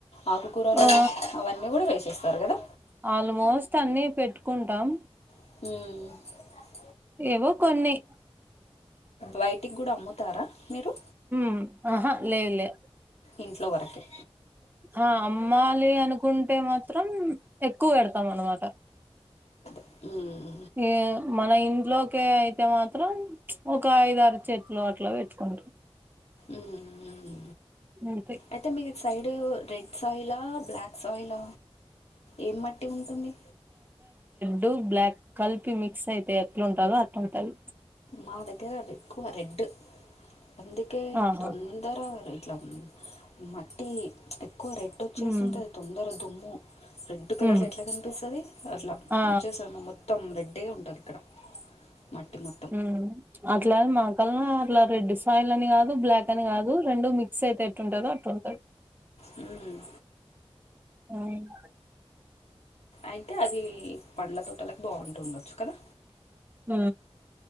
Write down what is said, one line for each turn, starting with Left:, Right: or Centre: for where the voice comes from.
Left: ఆకుకూరలు
Right: ఆ
Left: అవన్నీ కూడా వేసేస్ స్తరు కదా
Right: ఆల్మోస్ట్ అన్నిీ పెట్టుకుంటాం
Left: మ్
Right: ఏవో కొన్ని
Left: బయటికి కూడా అమ్ముతారా మీరు
Right: మ్ ఆహా లేదు లే
Left: ఇంట్లో వరకే
Right: అ అమ్మాలి అనుకుంటే మ త్రం ఎక్కువ పెడుతాం అన్నమాట
Left: మ్
Right: యి మన ఇంట్లోకే అయితే మాత్రం ఒక ఐదరు చెట్లు అట్లా పెట్ కొంట
Left: మ్
Right: అంతే
Left: అయితే మీ సైడ్ రెడ్ సాయిల్ ఇలా బ్లాక్స్ సాయిల్ ఏం మట్టి ఉంటుంది
Right: డ్ బ్లాక్ కలిపి మిక్స్ అయితే ఎట్లా ఉంటదో అటుంటది
Left: మా దగ్గర ఎక్కువ రెడ్ అందుకే
Right: ఆహా
Left: తొందర ఇట్లా మట్టి ఎక్కువ రెడ్ వచ్చేసుంటది
Right: ఉమ్
Left: తొందర దుమ్ము రెడ్ కలర్
Right: ఉమ్
Left: ఎట్లా కనిపిస్తది అట్లా
Right: ఆ
Left: వచ్చేస్తది మొత్తం రెడ్ అట్టే ఉంటరిక్కడ మట్టి మొ
Right: మ్ అట్లా మాకల్ అట్లా రెడ్ సయిల్ అని కాదు బ్లాక్ అని కాదు రెండు మిక్స్ అయిత్ తే ఎట్టుంటందో అట్టుంటది
Left: మ్
Right: ఉమ్
Left: అయితే అది పండ్లతో అల బాగుండచ్చు కదా
Right: హ